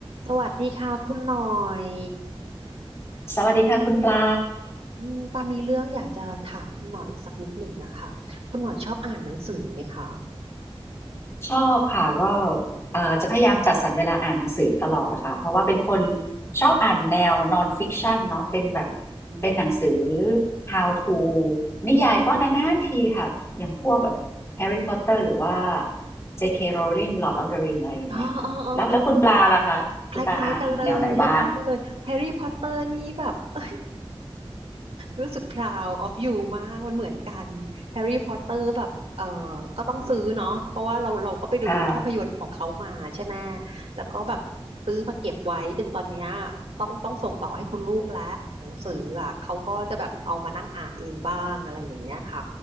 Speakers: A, on the right; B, on the left.
A: สวัสดีค่ะคุณหน่อย
B: สวัสดีค่ะคุณปลา
A: อืมปามีเรื่องอยากจะถามคุณหน่อยสักนิดหนึ่งนะคะคุณหน่อยชอบอ่านหนังสือไหมคะ
B: ชอบค่ะก็เอ่อจะพยายามจัดสรรเวลาอ่านหนังสือตลอดนะคะเพราะว่าเป็นคนชอบอ่านแนวนอนฟิกชั o นเนาะเป็นแบบ
A: อืม
B: เป็นหนังสือ How to นิยายก็นานๆทีค่ะอย่างพวกแบบ Harry Potter หรือว่า J.K. Rowling Lord of the Ring อะไรอย่างเงี้ยค่ะแล้วแล้วคุณปลาล่ะคะคุณปลาอ่านแนวไหนบ้าง
A: อ๋ออ๋อ คล้ายๆกันเลยคล้ายๆกันเลยแฮร์รี่พอตเตอร์นี่แบบ <laughs> เอ้ยรู้สึก proud of you มากมันเหมือนกันแฮร์รี่พอตเตอร์แบบเออก็ต้องซื้อเนาะเพราะว่าเราเราก็ไปดูภาพยนตร์ของเขามาใช่ไหม
B: ค่ะ
A: แล้วก็แบบซื้อมาเก็บไว้จนตอนเนี้ยต้องต้องส่งต่อให้คุณลูกแล้วหนังสืออ่ะเขาก็จะแบบเอามานั่งอ่านเองบ้างอะไรอย่างเงี้ยค่ะ